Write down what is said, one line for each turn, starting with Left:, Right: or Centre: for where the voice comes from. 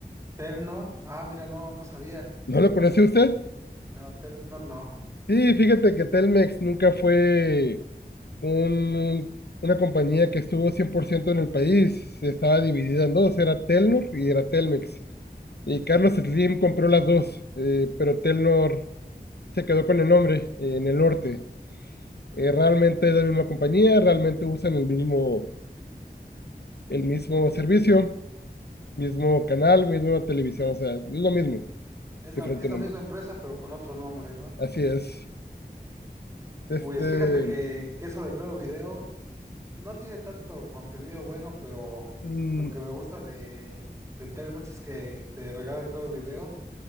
Right: ¿Telnor? Ah, mira, no, no sabía.
Left: ¿No lo conoció usted?
Right: No, Telnor no.
Left: Sí, fíjate que Telmex nunca fue un- una compañía que estuvo 100% en el país. Estaba dividida en dos, era Telnor y era Telmex. Y Carlos Slim compró las dos, eh, pero Telnor se quedó con el nombre eh, en el norte. Eh, realmente es la misma compañía, realmente usan el mismo, el mismo servicio, mismo canal, misma televisión, o sea, es lo mismo,
Right: Es la,
Left: diferente
Right: es la
Left: nombre.
Right: misma empresa, pero con otro nombre, ¿no?
Left: Así es. Este,
Right: Pues fíjate que, que eso de Creo Video no tiene tanto contenido bueno, pero
Left: mm,
Right: lo que me gusta de, de Telmex es que te regala Claro Video